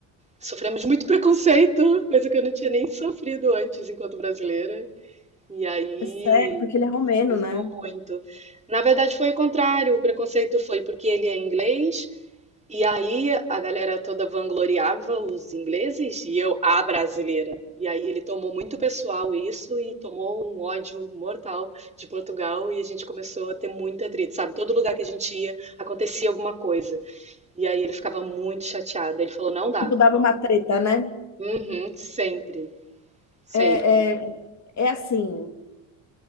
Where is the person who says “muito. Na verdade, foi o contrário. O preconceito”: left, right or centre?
Right